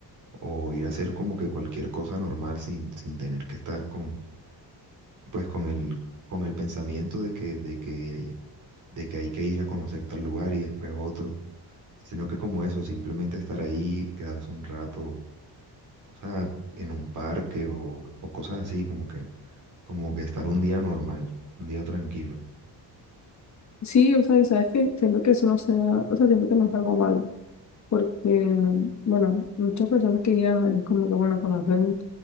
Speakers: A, on the right; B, on the left.
A: o ir a hacer como que cualquier cosa normal sin, sin tener que estar con, pues con el, con el pensamiento de que, de que, hay- de que hay que ir a conocer tal lugar y después otro, sino que como eso, simplemente estar ahí, quedarse un rato, o sea, en un parque o, o cosas así, como que como que estar un día normal, un día tranquilo.
B: Sí, o sea, y sabes que siento que eso no sea, o sea, siento que no es algo malo. porque, bueno, muchas personas que viajan es como que, bueno, conocen